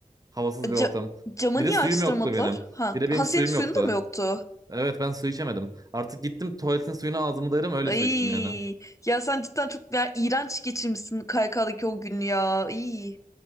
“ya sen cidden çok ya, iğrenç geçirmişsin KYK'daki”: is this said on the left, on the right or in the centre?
Left